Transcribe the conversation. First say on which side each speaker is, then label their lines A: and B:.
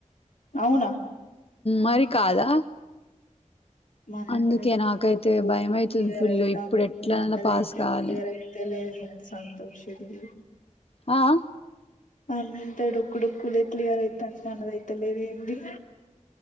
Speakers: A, on the left; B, on the left.
A: అవునా
B: మరి కాదా
A: మన
B: అందుకే
A: కొన్ని
B: నాకైతే భయం అయితుంది
A: క్లియర్
B: ఫుల్లు
A: అయితాంది
B: ఇప్పుడు ఎట్లాన్నా
A: మనది
B: పాస్
A: అయితే
B: కావాలె
A: క్లియర్ సంతోష్ ది
B: ఆ
A: అంత డొక్కుడొకుదే క్లియర్ అయితంది మనదైతలేదు ఏంది